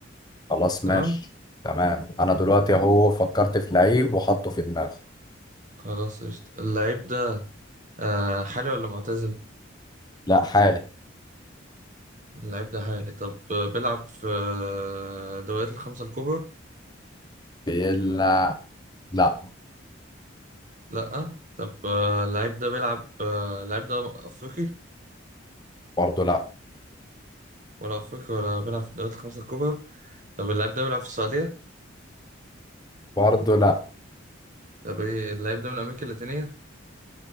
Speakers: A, on the left; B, on the right.
A: خلاص
B: تمام
A: ماشي تمام انا دلوقتي اهو فكرت في لعيب وحطه في دماغي
B: خلاص قشطة اللعيب ده آه، حالي ولا معتزل
A: لا حالي
B: اللعيب ده حالي طب آه، بيلعب في آه، دوريات الخمسه الكبرى
A: بيلعب لا
B: لا طب آه، اللعيب ده بيلعب آه، اللعيب ده افريقي
A: برضه لا
B: ولا افريقي ولا بيلعب في الدوريات الخمسه الكبرى طب اللعيب ده بيلعب في السعوديه
A: برضه لا
B: طب ايه اللعيب ده من امريكا اللاتينيه